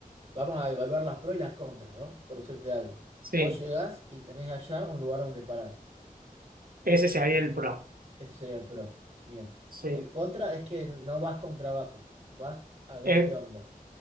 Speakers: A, on the right; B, on the right.
A: vamos a evaluar las pros y las contras, ¿no? Por decirte algo.
B: sí,
A: Vos llegás y tenés allá un lugar donde parar.
B: ese sería el pro.
A: Ese sería el pro. Bien.
B: Sí,
A: El contra es que no vas con trabajo, vas a ver
B: e-
A: qué onda.